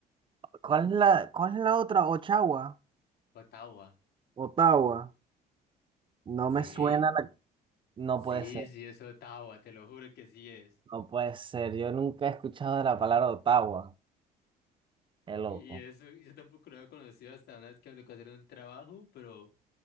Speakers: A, on the right; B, on the left.
A: ¿Cuál es la, cuál es la otra? Ottawa.
B: Ottawa.
A: Ottawa. No
B: Sí,
A: me suena la... No
B: sí,
A: puede ser,
B: sí, es Ottawa, te lo juro que sí es.
A: no puede ser. Yo nunca he escuchado de la palabra Ottawa. Qué loco.
B: Y eso, y yo tampoco lo había conocido hasta una vez que me tocó hacer un trabajo, pero...